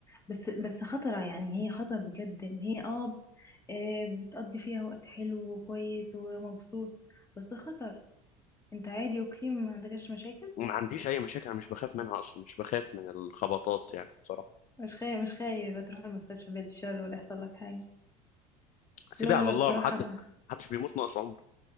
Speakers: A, on the left; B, on the left.
A: بس بس خطرة يعني هي خطر بجد ان هي اه آه، بتقضي فيها وقت حلو وكويس ومبسوط بس خطر انت عادي اوكي ما عندكش مشاكل
B: وما عنديش اي مشاكل انا مش بخاف منها اصلا مش بخاف من الخبطات يعني بصراحه
A: مش خايف مش خايف تروح المستشفى بعد الشر ولا يحصل لك حاجة
B: سيبيها
A: لا لا
B: على
A: لا
B: الله
A: بصراحة
B: ما حد
A: انا
B: ما حدش بيموت ناقص عمر